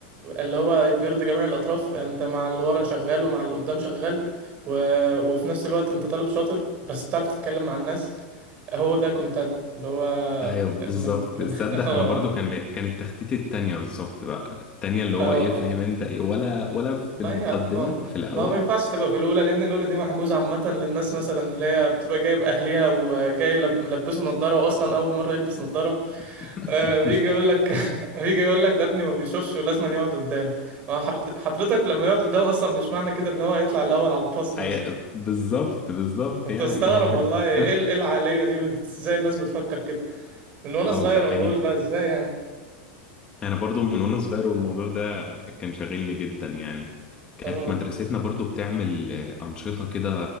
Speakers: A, on the right (about 25°); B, on the left (about 20°).
A: اللي هو بيرضي جميع الاطراف انت مع اللي ورا شغال ومع اللي قدام شغال و... وفي نفس الوقت انت طالب شاطر بس بتعرف تتكلم مع الناس هو ده كنت انا اللي هو
B: ايوه بالظبط
A: من من
B: تصدق
A: <laughs> اه
B: انا برضو
A: اه
B: كان كانت تخطيطي التانية بالظبط بقى التانية اللي هو
A: اه
B: ايه
A: آه.
B: فاهم انت ايه ولا ولا في
A: ما
B: المقدمة
A: هي ما
B: في الاول
A: ما, ما ينفعش تبقى في الاولى لان الاولى دي محجوزه عامه للناس مثلا اللي هي بتبقى جايب اهليها وجاي لب- ملبسه نظاره واصلا اول مره يلبس نظاره
B: <laughs>
A: آه بيجي يقول لك <laughs> بيجي يقول لك ده ابني ما بيشوفش ولازم يقعد قدام ما حر- حضرتك لما يقعد قدام اصلا مش معنى كده ان هو هيطلع الاول على الفصل مثلا
B: أي- بالظبط بالظبط
A: انت
B: يعني
A: استغرب
B: <laughs>
A: والله ايه ال- إيه العقليه دي وانت ازاي الناس بتفكر كده من وانا
B: اه
A: صغير
B: ده حقيقي
A: انا بقول ده ازاي يعني
B: انا برضو من وانا صغير والموضوع ده كان شاغلني جدا يعني كانت
A: اه
B: مدرستنا برضو بتعمل أنشطة كده